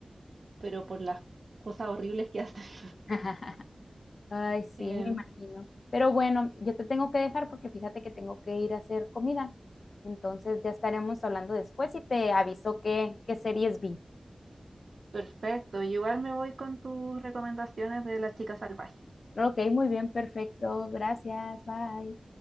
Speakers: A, on the right; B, on the left.
A: pero por las cosas horribles que hacen. <laughs>
B: <laughs> Ay, sí,
A: Eh,
B: me imagino. Pero bueno, yo te tengo que dejar porque fíjate que tengo que ir a hacer comida. Entonces ya estaremos hablando después y te aviso qué, qué series vi.
A: perfecto, yo igual me voy con tus recomendaciones de La Chica Salvaje.
B: Ok, muy bien, perfecto. Gracias, bye.